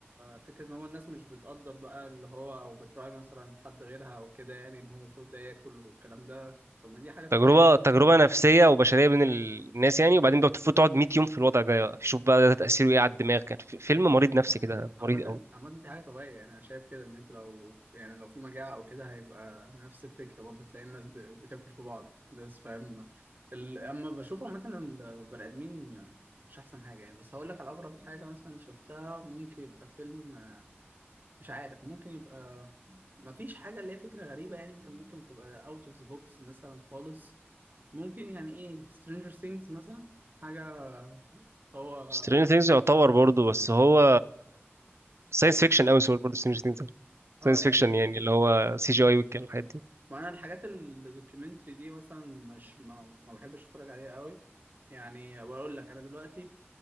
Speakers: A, on the right; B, on the right.
A: فكرة إن هو الناس مش بتقدر بقى اللي هو أو بتراعي مثلا حد غيرها أو كده يعني إن هو المفروض ده ياكل والكلام ده طب ما دي حاجة طبيعية
B: تجربه تجربه نفسيه وبشريه بين ال- الناس يعني وبعدين بقى بتفوت تقعد 100 يوم في الوضع ده شوف بقى ده تاثيره ايه على الدماغ كان في- فيلم
A: جدا
B: مريض نفسي كده
A: عامة
B: مريض قوي
A: عامة دي حاجة طبيعية يعني أنا شايف كده إن أنت لو يعني لو في مجاعة أو كده هيبقى نفس الفكرة برضه تلاقي الناس ب- بتاكل في بعض الناس فاهم ال- أما بشوف عامة البني آدمين مش أحسن حاجة يعني بس هقول لك على أغرب حاجة مثلا شفتها ممكن يبقى فيلم مش عارف ممكن يبقى مفيش حاجة اللي هي فكرة غريبة يعني أنت ممكن تبقى أوت أوف ذا بوكس مثلا خالص ممكن يعني إيه سترينجر ثينجز مثلا حاجة هو
B: سترينجر ثينجز يعتبر برضه بس هو ساينس فيكشن قوي سوري برضه سترينجر ثينجز ساينس
A: اه لك
B: فيكشن يعني اللي هو سي جي اي والحاجات دي
A: ما انا الحاجات الدوكيومنتري دي مثلا مش ما, ما بحبش اتفرج عليها قوي يعني بقول لك انا دلوقتي